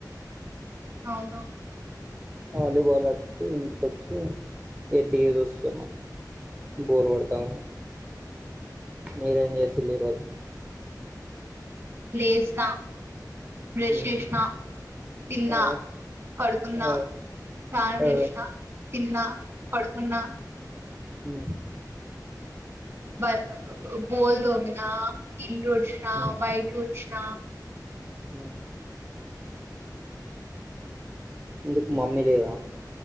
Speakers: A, on the right; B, on the right.
A: అవున
B: వాలీబాల్ <unintelligible> ఇంటికి వచ్చి ఇగ టీవి చూస్తున్న బోరు క కొడతంది అని మీరేం చేస్ <unintelligible> ఈరోజు
A: లేస్నా బ్రెష్
B: మ్మ్.
A: చేసిన తిన్నా
B: ఆ
A: పడుకున్నా
B: ఆ
A: స్నానం
B: ఆ
A: చేసిన తిన్నా పడుకున్నా
B: హు
A: <unintelligible> ఇల్లు వుడ్చిన
B: మ్మ్.
A: బైట వుడ్చిన
B: మ్మ్. ఎందుకు మమ్మీ లేదా